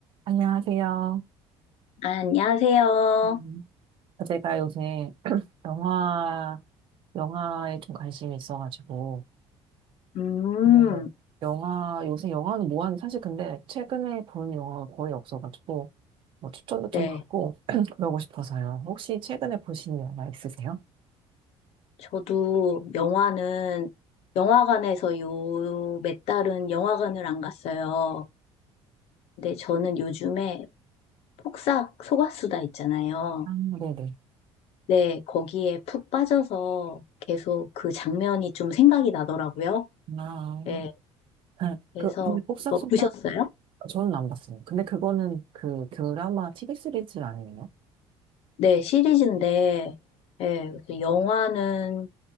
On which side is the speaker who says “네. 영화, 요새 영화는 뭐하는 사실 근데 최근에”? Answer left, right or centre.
Right